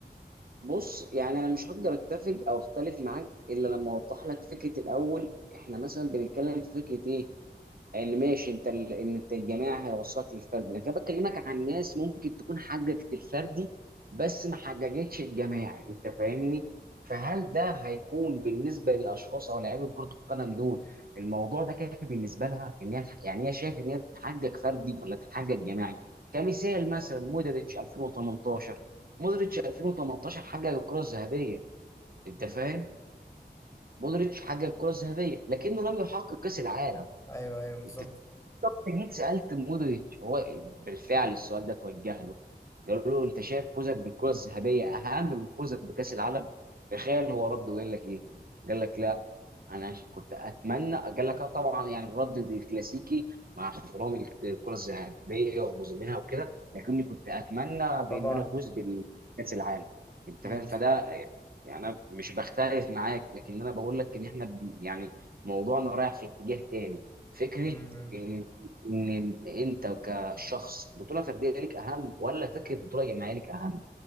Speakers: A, on the right; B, on the left.
A: بص يعني انا مش هقدر اتفق او اختلف معاك الا لما اوضح لك فكره الاول احنا مثلا بنتكلم في فكره ايه ان ماشي انت ال... ان انت الجماعي هيوصلك للفردي لكن انا بكلمك عن ناس ممكن تكون حققت الفردي بس ما حققتش الجماعي انت فاهمني فهل ده هيكون بالنسبه للاشخاص او لاعيبه كره القدم دول الموضوع ده كافي بالنسبه لها ان هي يعني هي شايف ان هي تحقق فردي ولا تحقق جماعي كمثال مثلا مودريتش 2018 مودريتش 2018 حقق الكره الذهبيه انت فاهم مودريتش حقق الكره الذهبيه لكنه لم يحقق كاس العالم
B: أيوه أيوه بالظبط
A: انت انت جيت سالت مودريتش هو بالفعل السؤال ده توجه له قالوا له انت شايف فوزك بالكره الذهبيه اهم من فوزك بكاس العالم تخيل هو رد وقال لك ايه قال لك لا انا ش- كنت اتمنى قال لك اه طبعا يعني الرد الكلاسيكي مع احترامي للكره الذهبيه ومظلمينها وكده لكني كنت اتمنى بان
B: طبعا
A: انا افوز بكاس العالم انت
B: أكيد
A: فاهم فده يعني انا مش بختلف معاك لكن انا بقول لك ان احنا ب- يعني موضوعنا رايح في اتجاه تاني فكره
B: م- م.
A: ان ان انت الشخص بطوله فرديه ليك اهم ولا فكره بطوله جماعيه ليك اهم